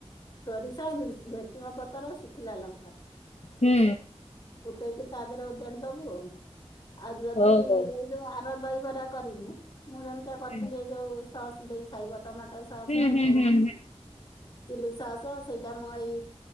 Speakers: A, on the left (about 40°); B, on the left (about 75°).
A: ସୋରିଷା ଭେରସୁଙ୍ଗ ପତର ଶୁଖିଲା ଲଙ୍କା।
B: ହୁଁ।
A: ଫୁଟେଇକି ତା ଦେହରେ ଓଜାଡି ଦବୁ ଆଉ ଆଉ ଯଦି
B: ଓହୋ
A: ଯୋଉ ଆର ଦହିବରା କରିବୁ ମୁଁ ଯେମିତା କରିଥିଲି
B: ହୁଁ
A: ଯୋଉ ସସ୍ ଦେଇ ଖାଇବ ଟମାଟୋ ଟ ସସ
B: ହୁଁ ହୁଁ
A: ଉଁ
B: ହୁଁ
A: ଚିଲି ସସ୍ ସେଇଟା ମୁଁ ଏଇ